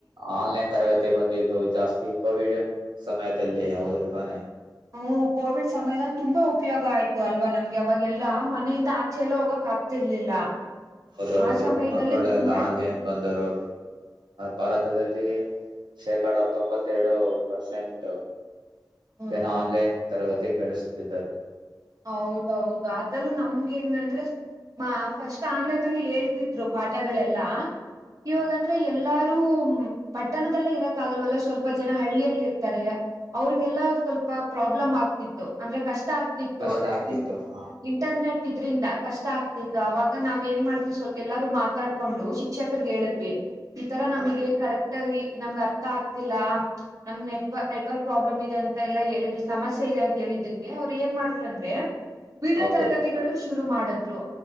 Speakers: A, on the right; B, on the right.
A: ಆನ್ಲೈನ್ ತರಗತಿ ಮತ್ತೆ ಬಂದಿದ್ದು ಜಾಸ್ತಿ ಕೋವಿಡ್ ಸಮಯದಲ್ಲಿ ಹೌದು ತಾನೆ.
B: ಹ್ಮ ಕೋವಿಡ್ ಸಮಯದಲ್ಲಿ ತುಂಬಾ ಉಪಯೋಗ ಆಯ್ತು ಅಲ್ವಾ ನಮ್ಗೆ ಅವಾಗೆಲ್ಲಾ ಮನೆಯಿಂದ ಆಚೆಲ್ಲ ಹೋಗಕ್ ಆಗ್ತಿರ್ಲಿಲ್ಲ
A: ಹೌದೌದು
B: ಆ ಸಮಯದಲ್ಲಿ
A: ಮಕ್ಕಳೆಲ್ಲ
B: ತುಂಬಾ
A: ಆನ್ಲೈನ್ ಬಂದರು ಬರ ಮತದಲ್ಲಿ ಶೇಕಡ ತೊಂಬತ್ತೆರಡು ಪರ್ಸೆಂಟ್
B: ಹ್ಮ್
A: ಜನ ಆನ್ಲೈನ್ ತರಗತಿ ಕೇಳಿಸುತ್ತಿದ್ದರು
B: ಹೌದೌದು ಅದ್ರಲ್ಲೂ ನಮ್ಗೆ ಹೆಂಗಂದ್ರೆ ಮಾ ಫಸ್ಟ್ ಆನ್ಲೈನ್ ಅಲ್ಲಿ ಹೇಳ್ತಿದ್ರು ಪಾಠಗಳೆಲ್ಲ ಇವಾಗಂದ್ರೆ
A: ಹ
B: ಎಲ್ಲಾರು ಪಟ್ಟಣದಲ್ಲೇ ಇರಕ ಆಲ್ವಲ್ಲ ಸ್ವಲ್ಪ ಜನ ಹಳ್ಳಿಯಲ್ಲಿ ಇರ್ತಾರೆ ಅವ್ರಿಗೆಲ್ಲ ಸ್ವಲ್ಪ ಪ್ರಾಬ್ಲಮ್ ಆಗ್ತಿತ್ತು ಅಂದ್ರೆ ಕಷ್ಟ ಆಗ್ತಿತ್ತು ತು
A: ಕಷ್ಟ ಆಗ್ತಿತ್ತು
B: ಇನ್
A: ಹ
B: ಇಂಟರ್ನೆಟ್ ಇದ್ರಿಂದ ಕಷ್ಟ ಆಗ್ತಿತ್ತು ಅವಾಗ ನಾವ್ ಏನ್ ಮಾಡ್ವಿ ಸ್ವಲ್ ಎಲ್ಲಾರೂ ಮಾತಾಡ್ಕೊಂಡು ಶಿಕ್ಷಕರ್ಗ್ ಹೇಳಿದ್ವಿ ಈ ತರ
A: ಹಾ
B: ನಮಗೆ ಕರೆಕ್ಟ್ ನಮ್ಗೆ ಅರ್ಥ ಆಗ್ತಿಲ್ಲ ನಮ್ ನೆಟ್ ನೆಟ್ವರ್ಕ್ ಪ್ರಾಬ್ಲಮ್ ಇದೆ ಅಂತ ಎಲ್ಲಾ ಹೇಳಿದ ಸಮಸ್ಯೆ ಇದೆ ಅಂತ ಹೇಳಿದ್ದಕ್ಕೆ ಅವ್ರ ಏನ್ ಮಾಡ್ ದ್ರಂತೆ ವಿಡಿಯೋ
A: ಹೌದು
B: ತರಗತಿಗಳು ಶು ಶುರು ಮಾಡುದ್ರು.